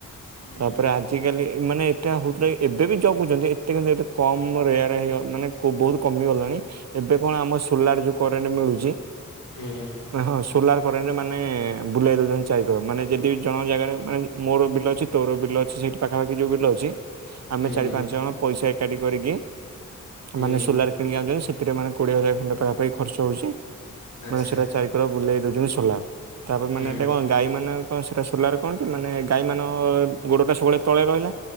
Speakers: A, on the left (about 75°); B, on the right (about 55°).
A: ହୁଁ
B: ତାପରେ ଆଜ୍ ଆଜିକାଲି ମାନେ ଏଟା ହଉଥିଲା କି ଏବେ ବି ଜଗୁଚନ୍ତି ଏତେ କିନ୍ତୁ ଏବେ କମ୍ ରେଆର୍ ଆଇ ହେଇବ ମାନେ ବହୁତ୍ କମି ଗଲାଣି ଏବେ କଣ ଆମ ସୁଲାର୍ ଯୋଉ କରେଣ୍ଟ ମିଳୁଛି।
A: ହୁ
B: ନା ହଁ ସୋଲାର କରେଣ୍ଟରେ ମାନେ ବୁଲାଇ ଦଉଛନ୍ତି ଚାରିକର ମାନେ ଯଦି ଜଣ ଜାଗାରେ ମାନେ ମୋର ବିଲ ଅଛି ତୋର ବିଲ ଅଛି ସେଠି ପାଖାପାଖି ଯୋଉ ବିଲ ଅଛି ଆମେ
A: ହୁଁ
B: ଚାରି ପାଞ୍ଚ ଜଣ ପଇସା ଏକାଠି କରିକି
A: ହୁଁ
B: ମାନେ ସୁଲାର୍ କିଣିକି ଆଣୁଛନ୍ତି ସେଥିଟା ମାନେ କୋଡ଼ିଏ ହଜାର ଖଣ୍ଡେ ପାଖାପଖି ଖର୍ଚ୍ଚ ହଉଛି
A: ଆଚ୍ଛା
B: ମାନେ ସେଟା ଚାରି କର ବୁଲେଇ ଦଉଛନ୍ତି ସୋଲା ତାପରେ
A: ହୁଁ
B: ମାନେ ଏଟା କଣ ଗାଈ ମାନେ କଣ ସେଟା ସୋଲାର କଣ କି ମାନେ ଗାଈ ମାନ ଗୋଡଟା ସବୁବେଳେ ତଳେ ରହିଲା